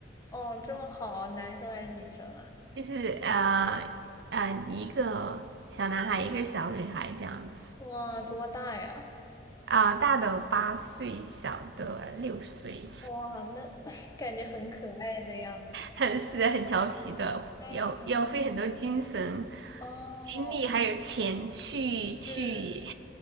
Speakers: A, on the left; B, on the right.
A: 哦，这么好，男生还是女生啊？
B: 就是呃呃一个小男孩，一个小女孩这样子。
A: 哇，多大呀？
B: 啊、呃大的八岁，小的六岁，
A: 哇，那 <laughs> 感觉很可爱的样子。
B: 很是很调皮的，
A: 嗯，
B: 要要费很多精神、
A: 哦，
B: 精力还有钱去去，
A: 是